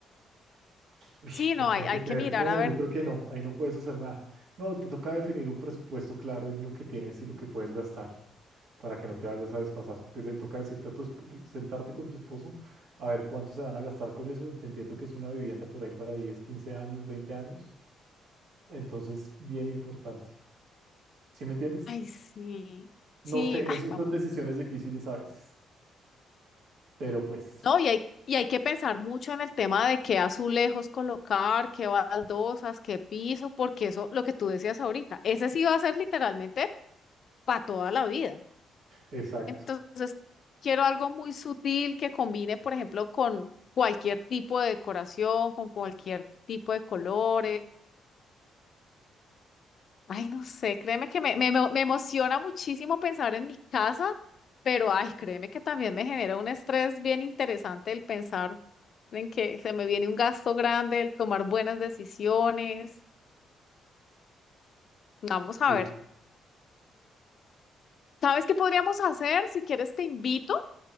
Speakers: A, on the right (about 70°); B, on the left (about 50°).
A: Uy,
B: Sí, no,
A: ¿qué puedes
B: hay, hay
A: hacer?
B: que mirar
A: No,
B: a ver.
A: yo creo que no, ahí no puedes hacer nada. No, te toca definir un presupuesto claro en lo que tienes y lo que puedes gastar para que no te vayas a desfasar. Te le toca decirte a tu, esp- sentarte con tu esposo a ver cuánto se van a gastar con eso, entendiendo que es una vivienda por ahí para 10, 15 años, 20 años. Entonces, bien importante. ¿Sí me entiendes?
B: Ay, sí,
A: No
B: sí,
A: sé,
B: ay,
A: eso
B: vamos.
A: son decisiones difíciles a veces, pero pues,
B: No, y hay, y hay que pensar mucho en el tema de qué azulejos colocar, qué baldosas, qué piso, porque eso, lo que tú decías ahorita, ese sí va a ser literalmente para toda la vida.
A: exacto.
B: Entonces, quiero algo muy sutil que combine, por ejemplo, con cualquier tipo de decoración, con cualquier tipo de colores. Ay, no sé, créeme que me, me, emo- me emociona muchísimo pensar en mi casa, pero ay, créeme que también me genera un estrés bien interesante el pensar en que se me viene un gasto grande, el tomar buenas decisiones. Vamos a
A: sí.
B: ver. ¿Sabes qué podríamos hacer? Si quieres, te invito